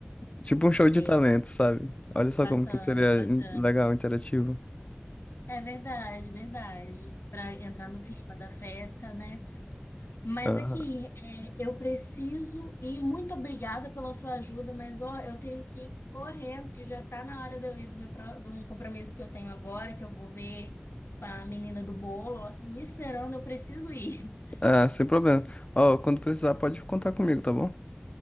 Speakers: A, on the left; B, on the left.
A: Tipo um show de
B: É,
A: talentos, sabe? Olha só
B: bacana,
A: como que seria
B: bacana.
A: in- legal, interativo.
B: É verdade, verdade. Pra entrar no clima da festa, né? Mas
A: Uhum.
B: aqui, é, eu preciso e muito obrigada pela sua ajuda, mas ó, eu tenho que ir correndo, porque já tá na hora de eu ir do meu pro- de um compromisso que eu tenho agora, que eu vou ver com a menina do bolo, ela tá me esperando, eu preciso ir. <laughs>
A: Ah, sem problema. Ó, quando precisar, pode contar comigo, tá bom?